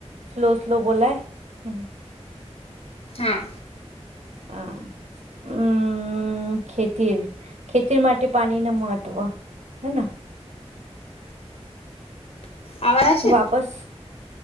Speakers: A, on the right (about 80°); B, on the left (about 70°).
A: સ્લો સ્લો બોલાય હમ્મ.
B: હા.
A: આ ઉમ હમ્મ, ખેતી ખેતી માટે પાણીનું મહત્વ હેના
B: આવાના છે?
A: વાપસ